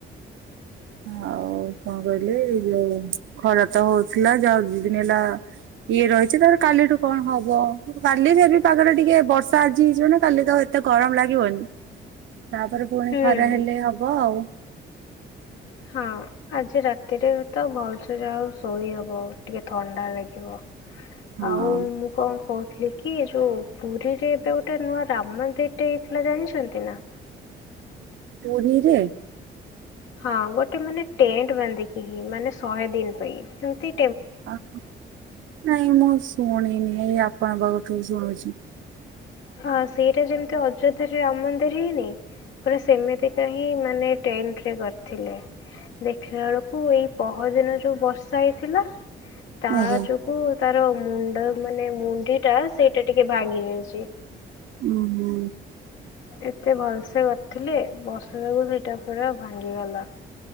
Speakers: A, on the right (about 75°); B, on the left (about 75°).
A: ଆଉ କଣ କହିଲି ଏଇ ଯୋଉ ଖରା ତ ହୋଉଥିଲା ଯାହୋଉ ଦି ଦିନ ହେଲା ଇଏ ରହିଛି ତାର କାଲିଠୁ କଣ ହବ? କାଲି ଯଦି ପାଗଟା ଟିକେ ବର୍ଷା ଆଜି ହେଇଚି ମାନେ କାଲି ତ ଆଉ ଏତେ ଗରମ ଲାଗିବନି। ତାପରେ ପୁଣି
B: ହୁଁ।
A: ଖରା ହେଲେ ହବ ଆଉ।
B: ହଁ। ଆଜି ରାତିରେ ବି ତ ଭଲସେ ଯାହା ହୋଉ ଶୋଇ ହବ ଟିକେ ଥଣ୍ଡା ଲାଗିବ।
A: ହଁ
B: ଆଉ ମୁଁ କଣ କହୁଥିଲି କି ଯୋଉ ପୁରୀରେ ଏବେ ଗୋଟେ ନୂଆ ରାମ୍ ମନ୍ଦିରଟେ ହେଇଥିଲା ଜାଣିଛନ୍ତି ନା?
A: ପୁରୀରେ।
B: ହଁ ଗୋଟେ ମାନେ ଟେଣ୍ଟ ବାନ୍ଧିକି ହି ମାନେ ଶହେ ଦିନ ପାଇଁ ଏମତି
A: ଅହ ନାଇଁ ମୁଁ ଶୁଣିନି ଏଇ ଆପଣଙ୍କ ଠୁ ଶୁଣୁଛି।
B: ହଁ ସେଇଟା ଯେମିତି ଅଯୋଧ୍ୟାରେ ରାମ ମନ୍ଦିର ହେଇନି ପୁରା ସେମିତି ସେମିତିକାହିଁ ମାନେ ଟେଣ୍ଡେରେ କରିଥିଲେ। ଦେଖିଲା ବେଳକୁ ଏଇ ପହର ଦିନ ଯୋଉ ବର୍ଷା ହେଇଥିଲା।
A: ଆଜ୍ଞା
B: ତା ଯୋଗୁ ତାର ମୁଣ୍ଡ ମାନେ ମୁଣ୍ଡି ଟା ସେଇଟା ଟିକେ ଭାଙ୍ଗି ଯାଇଚି।
A: ଉଁ ହୁଁ।
B: ଏତେ ଭଲସେ କରିଥିଲେ ବର୍ଷା ଯୋଗୁ ସେଇଟା ପୁରା ଭାଙ୍ଗିଗଲା।